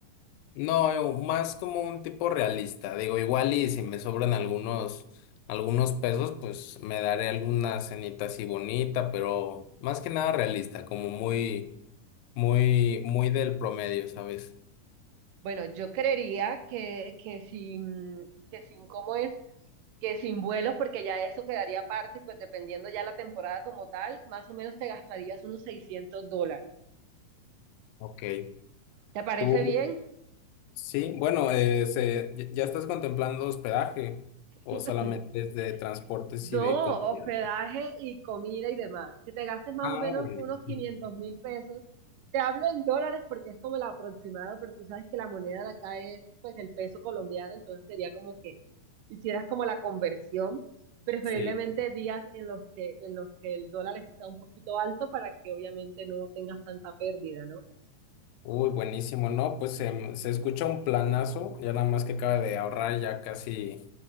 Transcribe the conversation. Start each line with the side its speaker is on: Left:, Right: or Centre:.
Left: No, yo más como un tipo realista. Digo, igual y si me sobran algunos, algunos pesos, pues me daré alguna cenita así bonita, pero más que nada realista, como muy, muy, muy del promedio, ¿sabes?
Right: Bueno, yo creería que, que sin, que sin cómo es, que sin vuelos, porque ya eso quedaría aparte, y pues dependiendo ya la temporada como tal, más o menos te gastarías unos 600 dólares.
Left: Ok.
Right: ¿Te parece
Left: Tú,
Right: bien?
Left: sí, bueno, eh, se- ¿ya ya estás contemplando hospedaje o
Right: <laughs>
Left: solamente es de transportes
Right: No,
Left: y de comida?
Right: hospedaje y comida y demás. Que te gastes más
Left: Ah,
Right: o menos
Left: buenísimo.
Right: unos quinientos mil pesos. Te hablo en dólares porque es como el aproximado, pero tú sabes que la moneda de acá es pues el peso colombiano, entonces sería como que hicieras como la conversión, preferiblemente
Left: Sí.
Right: días en los que, en los que el dólar está un poquito alto para que obviamente no tengas tanta pérdida, ¿no?
Left: Uy, buenísimo, ¿no? Pues se, mm, se escucha un planazo, ya nada más que acaba de ahorrar, ya casi